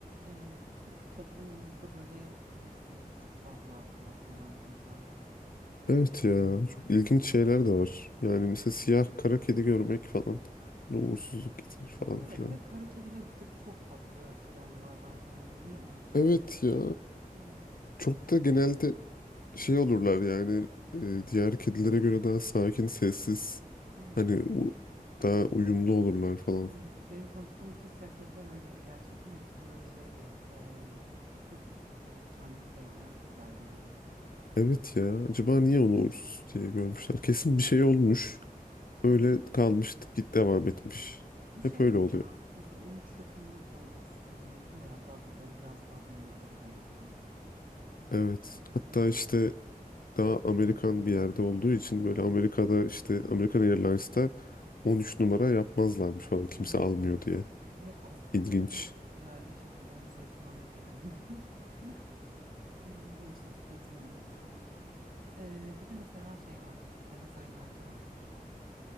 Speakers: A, on the right; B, on the left.
A: Ee, Türk toplumumuzda böyle bilirsin çok fazla batıl inancımız var.
B: Evet ya çok ilginç şeyler de var. Yani
A: Evet.
B: mesela siyah kara kedi görmek falan hani uğursuzluk getirir falan
A: Evet
B: filan.
A: ve kara kediler üstelik çok tatlı canlılar bence yani niye uğursuz
B: Evet
A: olduğunu düşünüyorum.
B: ya
A: Evet.
B: çok da genelde şey olurlar yani e, diğer kedilere göre daha sakin sessiz
A: Evet.
B: hani u- daha uyumlu olurlar falan.
A: Evet. Benim tanıştığım bütün siyah kediler öyleydi gerçekten. Hepsi böyle şeydi. ee, çok ee, kendini sevdiren tiplerdi yani.
B: Evet ya acaba niye onu uğursuz diye görmüşler? Kesin bir şey olmuş öyle
A: Evet.
B: kalmış git devam etmiş.
A: Bu şey
B: Hep öyle
A: gibi
B: oluyor.
A: ya. Mesela 13 rakamı da uğursuz kabul edilir ya. Hatta bu böyle biraz daha dünyada da böyle kabul edilir.
B: Evet hatta
A: Onun.
B: işte daha Amerikan bir yerde olduğu için böyle Amerika'da işte American Airlines'ta 13 numara yapmazlarmış falan kimse
A: Evet.
B: almıyor diye.
A: Evet Asya'da
B: İlginç.
A: da çok yaygın şekilde oyuncu sayısından nefret ediliyor. <laughs> Hmm, Uğursuzluk getirildiği düşünüyor. Ee, bir de mesela şey vardır, Bir de nazar inancı vardır.